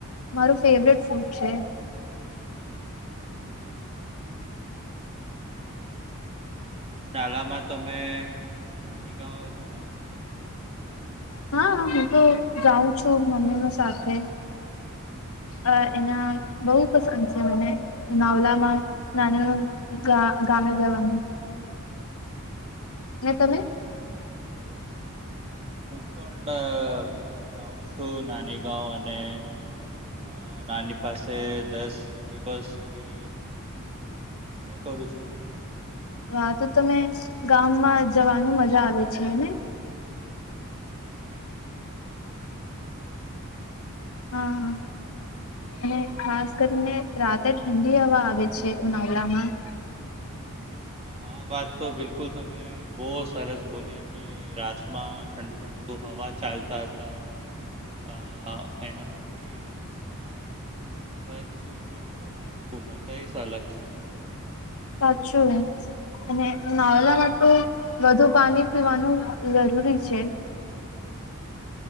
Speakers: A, on the left; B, on the right.
A: મારું ફેવટ ફૂડ છે.
B: અને હું નાલામાં તોમે નાની સું છે.
A: હા હું તો જાઉં છું મમ્મીનો સાથે અ એના બહુ પસંદ છે મને માવલામાં નાનું ગ ગામે જવાનું
B: હા
A: ને તમે
B: સરસ છે. પણ જાઉં છું નાની ગં અને અ નાની પાસે દસ દિવસ સુધી મજા કરું છું.
A: હા તો તમે ગામમાં જવાનું મજા આવે છે ને
B: હમ બિલકુલ. બિલકુલ
A: હા. અને ખાસ કરીને રાતેે ઠંડી હવા આવે છે ઉનાવળામાં
B: હ આ વાત તો બિલકુલ તમે બહુ સરસ બોલી કે રાતમાં ઠંડુ ઠંડુ હવા ચાલતા હતા અને અ એના પછી. અ છત ઉપર સોવાનું મજા અલગ છે
A: સાચું. અને નાવલા માટે તો વધુ પાણી પીવાનું જરૂરી છે.
B: હું <inaudible>